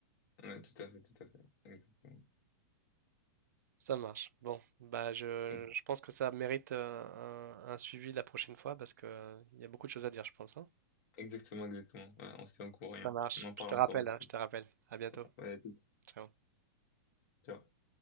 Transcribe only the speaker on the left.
Ouais, tout à fait, tout à fait. Exactement.
Bon.
Exactement, exactement. Ouais, on s'est en courant.
hein.
On en parle
encore
de
fils.
Ouais, à toutes.
Ciao.